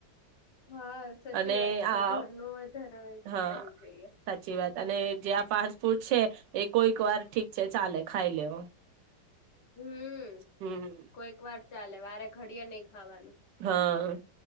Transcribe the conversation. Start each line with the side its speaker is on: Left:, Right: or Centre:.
Left: હા સાચી
Right: અને
Left: વાત છે
Right: આ
Left: ઘરનું વધારે જ
Right: હા
Left: ખાવું જોઈએ.
Right: સાચી વાત અને જે આ ફાસ્ટ ફૂડ છે એ કોઈક વાર ઠીક છે ચાલે ખાઈ લેવ.
Left: હમ
Right: હમ
Left: કોઈક વાર. ચાલે વારે ઘડી નહી ખાવાનું
Right: હા.